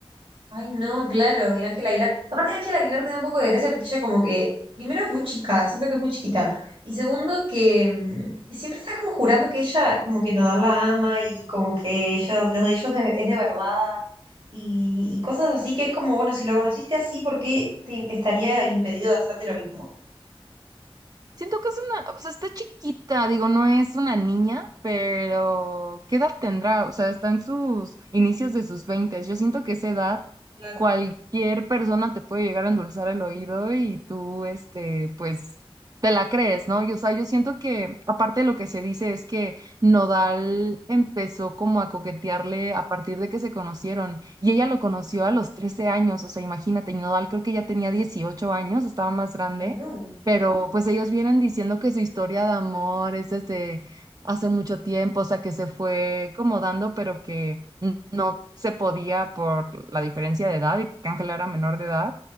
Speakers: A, on the right (about 65°); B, on the right (about 40°).
A: Ay, no, claro, y Ángela Aguilar. Aparte, Ángela Aguilar me da un poco de gracia porque ella como que, primero es muy chica, siento que es muy chiquita. Y segundo, que, mm, que siempre está como jurando que ella como que Nodal la ama y como que ellos, los de ellos de- es de verdad y, y cosas así que es como, bueno, si lo conociste así, ¿por qué te estaría impedido de hacerte lo mismo?
B: Siento que es una, o sea, está chiquita, digo, no es una niña, pero ¿qué edad tendrá? O sea, está en sus inicios de sus veintes. Yo siento que esa edad
A: Claro.
B: cualquier persona te puede llegar a endulzar el oído y tú, este, pues, te la crees, ¿no? Y, o sea, yo siento que, aparte de lo que se dice es que Nodal empezó como a coquetearle a partir de que se conocieron y ella lo conoció a los 13 años, o sea, imagínate, Nodal creo que ya tenía 18 años, estaba más grande
A: No,
B: pero pues ellos vienen diciendo que su historia de amor es desde hace mucho tiempo, o sea, que se fue como dando, pero que n- no se podía por la diferencia de edad y que Ángela era menor de edad.